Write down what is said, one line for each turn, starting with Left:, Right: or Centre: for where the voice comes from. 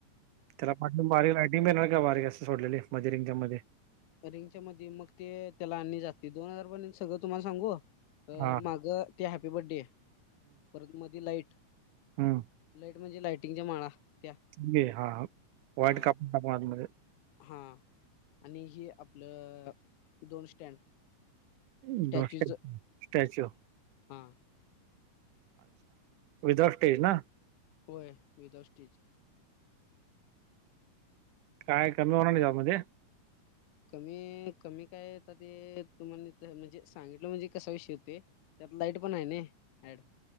Right: त्याला पाठून बारीक लायटिंग बी येणार काय बारीक असं सोडलेले मधी रिंग मध्ये?
Left: रिंगच्या मध्ये मग ते त्याला आणले जाते दोन हजारपर्यंत सगळं तुम्हाला सांगू अ
Right: हा
Left: मागं ते हॅपी बड्डे परत मधी लाईट
Right: हूं
Left: लाईट म्हणजे लाईटिंगच्या माळा त्या
Right: ने हा वायड
Left: हा
Right: कापूण टाकू आतमध्ये
Left: हा आणि हे आपलं अ दोन स्टँड
Right: आणि
Left: स्टॅच्यूच
Right: दोन स्टॅच्यू स्टॅचो
Left: हा
Right: ऐसा विदाउट स्टेज ना
Left: होय विदाउट स्टेज
Right: काय कमी होणार नाय त्या मध्ये
Left: कमी कमी काय आता ते तुम्हाला ते म्हणजे सांगितला म्हणजे कसा विषय होते त्यात लाइट पण हाय नय ऍड